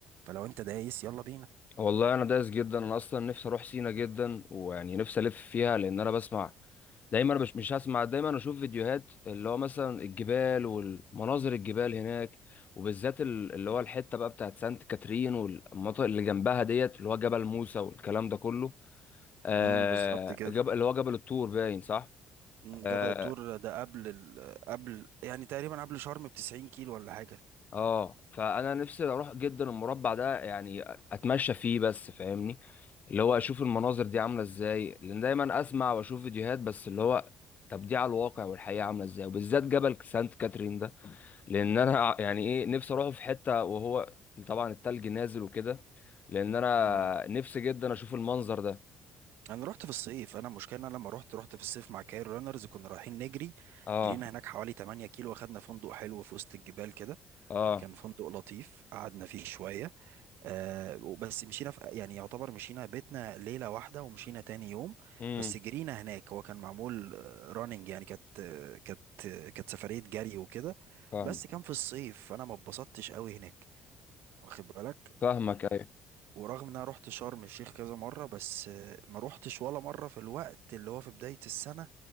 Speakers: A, on the right; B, on the left.
A: فلو انت دايس يلا بينا
B: والله انا دايس جدا انا اصلا نفسي اروح سينا جدا ويعني نفسي الف فيها لان انا بسمع دايما مش مش هسمع دايما اشوف فيديوهات اللي هو مثلا الجبال والمناظر الجبال هناك وبالذات ال- اللي هو الحته بقى بتاعت سانت كاترين والمناطق اللي جنبها ديت اللي هو جبل موسى والكلام ده كله آه
A: امم بالظبط كده
B: جبل اللي هو جبل الطور باين صح
A: مم،
B: آه،
A: جبل الطور ده قبل ال... قبل يعني تقريبا قبل شرم ب 90 كيلو ولا حاجه
B: اه فانا نفسي اروح جدا المربع ده يعني اتمشى فيه بس فاهمني اللي هو اشوف المناظر دي عامله ازاي لان دايما اسمع واشوف فيديوهات بس اللي هو طب دي على الواقع والحقيقه عامله ازاي وبالذات جبل سانت كاترين ده لان انا <laughs> ع- يعني ايه نفسي اروحه في حته وهو طبعا التلج نازل وكده لان انا
A: مم.
B: نفسي جدا اشوف المنظر ده
A: انا رحت في الصيف انا المشكله ان انا لما رحت رحت في الصيف مع كايرو رانرز كنا رايحين نجري
B: اه
A: جرينا هناك حوالي 8 كيلو واخدنا فندق حلو في وسط الجبال كده
B: اه
A: كان فندق لطيف قعدنا فيه شويه آه بس مشينا في يعني يعتبر مشينا بيتنا ليله واحده ومشينا تاني يوم
B: امم
A: بس جرينا هناك هو كان معمول راننج يعني كانت آه، كانت آه، كانت سفريه جري وكده
B: فاهمك
A: بس كان في الصيف فانا ما اتبسطتش قوي هناك واخد بالك
B: فاهمك ايوه
A: ورغم ان انا رحت شرم الشيخ كذا مرة بس آه، ما روحتش ولا مرة في الوقت اللي هو في بداية السنة